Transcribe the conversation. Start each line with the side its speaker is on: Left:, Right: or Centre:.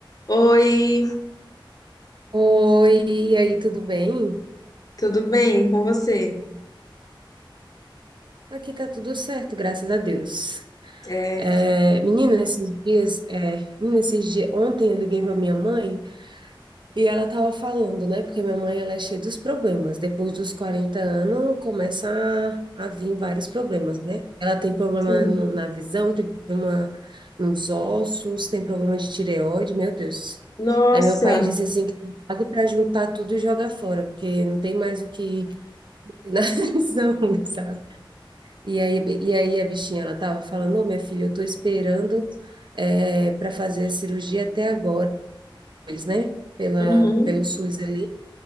Left: Oi,
Right: Oi, e aí, tudo bem?
Left: tudo bem E com você?
Right: Aqui tá tudo certo, graças a Deus.
Left: É,
Right: É, menina, esses dias, é, menina, esses dias, ontem eu liguei pra minha mãe e ela tava falando, né? Porque minha mãe, ela é cheia dos problemas. Depois dos 40 anos, começa a, a vir vários problemas, né? Ela tem problema
Left: sim.
Right: no- na visão, tem problema nos ossos, tem problema de tireoide, meu Deus.
Left: Nossa,
Right: Aí meu pai disse assim que tá pago pra juntar tudo e jogar fora, porque não tem mais o que Não, <laughs> sabe? E aí, e aí a bichinha, ela tava falando, ô, minha filha, eu tô esperando é, para fazer a cirurgia até agora, eles, né? Pela,
Left: uhum.
Right: pelo SUS ali.